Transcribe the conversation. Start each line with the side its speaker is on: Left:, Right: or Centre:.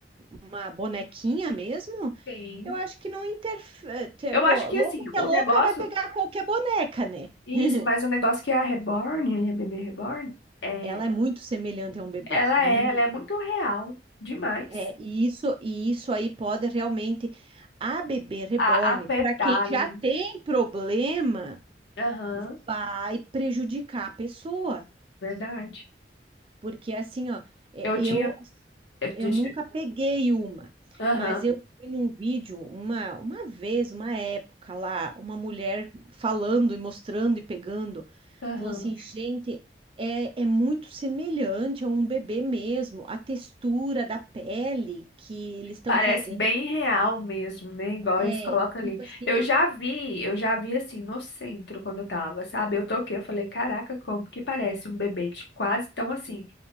Right: uma bonequinha mesmo
Left: sim
Right: Eu acho que não interfere. Tipo,
Left: Eu acho que,
Right: louca
Left: assim,
Right: que
Left: o
Right: é louca
Left: negócio,
Right: vai pegar qualquer boneca, né?
Left: isso,
Right: <laughs>
Left: mas o negócio que a Reborn, ali, a bebê Reborn, é,
Right: Ela é muito semelhante a um bebê.
Left: ela
Right: Muito.
Left: é, ela é muito real, demais.
Right: É, e isso, e isso aí pode realmente. A bebê reborn,
Left: A, a fetal,
Right: para quem já tem problema,
Left: aham,
Right: vai prejudicar a pessoa.
Left: verdade.
Right: Porque assim, ó, é,
Left: Eu tinha,
Right: eu
Left: eu,
Right: Eu
Left: deixa,
Right: nunca peguei uma,
Left: aham,
Right: mas eu vi num vídeo uma, uma vez, uma época lá, uma mulher falando e mostrando e pegando,
Left: aham.
Right: falou assim, gente, é, é muito semelhante a um bebê mesmo, a textura da pele que eles estão
Left: Parece
Right: fazendo,
Left: bem real mesmo, né? Igual
Right: é
Left: eles colocam ali.
Right: tipo assim,
Left: Eu já vi, eu já vi assim no centro quando eu tava, sabe? Eu toquei, eu falei, caraca, como que parece um bebê de quase tão assim.